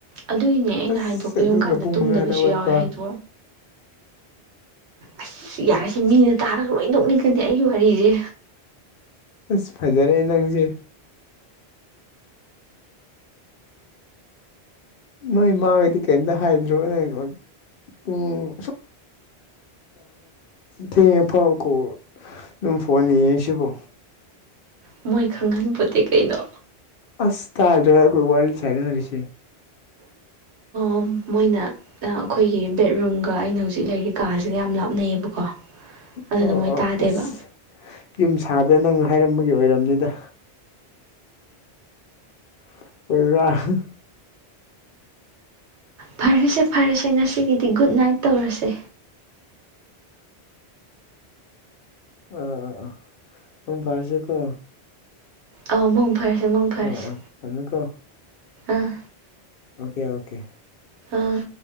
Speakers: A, on the right; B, on the left.
A: ꯑꯗꯨꯒꯤꯅꯦ ꯑꯩꯅ
B: ꯑꯁ
A: ꯍꯥꯏꯗꯣ ꯀꯔꯤꯒꯨꯝꯕ
B: ꯑꯗꯨꯒ
A: ꯀꯥꯟꯗ
B: ꯄꯨꯡ
A: ꯇꯨꯝꯗꯕꯁꯨ
B: ꯃꯉꯥꯗ ꯍꯧꯒꯠꯄ
A: ꯌꯥꯎꯋꯦ ꯍꯥꯏꯗꯣ ꯑꯁ ꯌꯥꯔꯁꯤ ꯃꯤꯅ ꯇꯥꯔꯒ ꯂꯣꯏ ꯅꯣꯛꯅꯤꯡꯒꯅꯤ ꯑꯩꯒꯤ ꯋꯥꯔꯤꯁꯦ
B: ꯑꯁ ꯐꯖꯔꯦ ꯅꯪꯁꯦ ꯅꯣꯏ ꯏꯃꯥꯈꯩꯗꯤ ꯀꯩꯝꯇ ꯍꯥꯏꯗ꯭ꯔꯣ ꯅ ꯎꯝ ꯊꯦꯡꯉꯦ ꯐꯥꯎꯀꯣ ꯑꯗꯨꯝ ꯐꯣꯟ ꯌꯦꯡꯉꯤꯁꯤꯕꯣ
A: ꯃꯣꯏ ꯈꯪꯍꯟꯄꯣꯟꯇꯦ ꯀꯩꯅꯣ
B: ꯑꯁ ꯇꯥꯔ ꯋꯥ ꯁꯔꯅ ꯂꯤꯁꯦ
A: ꯑꯣ ꯃꯣꯏꯅ ꯑꯩꯈꯣꯏꯒꯤ ꯕꯦꯠꯔꯨꯝꯒ ꯑꯩꯅ ꯍꯧꯖꯤꯛ ꯂꯩꯔꯤ ꯀꯥꯁꯤꯒ ꯌꯥꯝ ꯂꯥꯞꯅꯩꯌꯦꯕꯀꯣ ꯑꯗꯨꯗ
B: ꯑꯣ
A: ꯃꯣꯏ
B: ꯑꯣ
A: ꯇꯥꯗꯦꯕ
B: ꯑꯁ ꯌꯨꯝ ꯁꯥꯕꯗ ꯅꯪꯅ ꯍꯥꯏꯔꯝꯕꯒꯤ ꯑꯣꯏꯔꯕꯅꯤꯗ ꯑꯣꯏ
A: ꯐꯔꯁꯦ ꯐꯔꯁꯦ ꯉꯁꯤꯒꯤꯗꯤ ꯒꯨꯗ ꯅꯥꯏꯠ ꯇꯧꯔꯁꯦ
B: ꯑꯥ ꯑꯥ ꯑꯥ ꯃꯪ ꯐꯔꯁꯦꯀꯣ
A: ꯑꯥꯎ ꯃꯪ ꯐꯔꯁꯦ ꯐꯔꯁꯦ
B: ꯑꯥ ꯑꯥ ꯊꯥꯝꯃꯦꯀꯣ
A: ꯑꯥ
B: ꯑꯣꯀꯦ ꯑꯣꯀꯦ
A: ꯑꯥꯝ